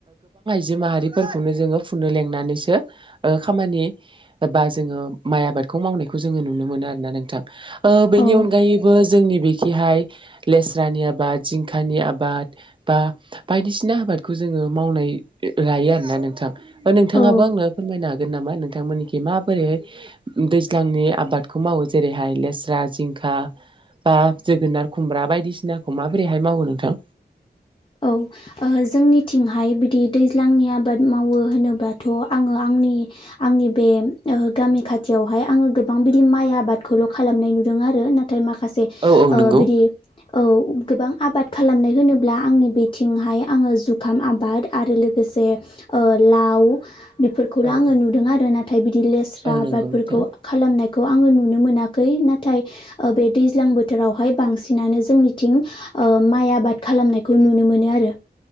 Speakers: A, on the right; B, on the left.
A: जो माहारिफोरखौनो जोङो फुननो लेंनानैसो ओ खामानि बा जोङो माइ आबाद। खौ मावनायखौ जोङो नुनो मोनो आरोना नोंथां। ओ बेनि
B: औ
A: अनगायैबो जोंनि बेखिहाय लेस्रानि आबाद जिंखानि आबाद। बा बायदिसिना आबाद। खौ जोङो मावनाय लायो आरोना नोंथां नोंथाङाबो
B: औ
A: आंनो फोरमायना गोन नामा नोंथांमोनिखि माबोरैहाय दैज्लांनि आबादखौ मावो जेरैहाय लेस्रा जिंखा बा जोगोनार खुमब्रा बायदिसिनाखौ माबोरैहाय मावो नोंथां।
B: औ ओ जोंनिथिंहाय बिदि दैज्लांनि आबाद मावो होनोबाथ' आङो आंनि आंनि बे ओ गामि खाथियावहाय आङो गोबां बिदि माइ आबादखौल' खालामनाय नुदों। दों आरो नाथाय माखासे
A: औ औ
B: ओ
A: नंगौ।
B: बिदि औ गोबां आबाद खालामनाय होनो ब्ला आंनि बिथिंहाय आङो जुखाम आबाद आरो लोगोसे ओ लाव बेफोरखौल'
A: औ
B: आङो
A: औ
B: नुदों आरो नाथाय बिदि लेस्रा
A: औ
B: आबादफोरखौ
A: नंगौ नोंथां
B: खालामनाय खौ आङो नुनो मोनाखै नाथाय ओ बे दैज्लां बोथोरावहाय बांसिनानो जोंनिथिं ओ माइ आबाद खालामनायखौ नुनो मोनो आरो।